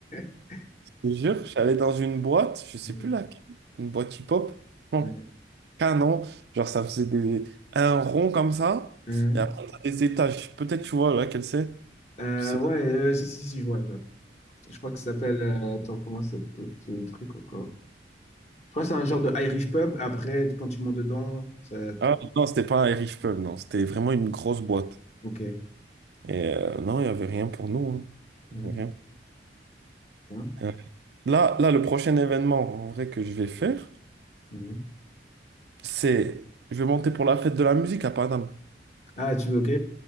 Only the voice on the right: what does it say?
Je te jure, je suis allé dans une boîte, je sais
plus laquelle, une boîte hip-hop, bon
canon. Genre, ça faisait des, un rond comme ça.
Et après, t'as des étages. Peut-être tu vois laquelle c'est.
Je sais
pas.
Ah, non, c'était pas un Irish pub, non. C'était vraiment une grosse boîte.
Et euh, non, il n'y avait rien pour nous. hein.
Il y avait
rien. Euh, Là, là, le prochain événement en vrai que je vais faire,
c'est je vais monter pour la fête de la musique à Paname.